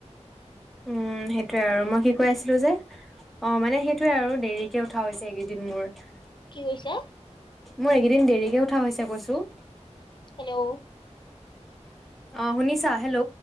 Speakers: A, in the centre; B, on the left.
A: উম, সেইটোৱে আৰু মই কি কৈ আছিলো যে অ', মানে সেইটোয়ে আৰু দেৰিকে উঠা হৈছে এইকেইদিন মোৰ।
B: কি কৈছে?
A: মোৰ এইকেইদিন দেৰিকে উঠা হৈছে কৈছোঁ।
B: হেল্ল'।
A: অ', শুনিছা হেল্ল'।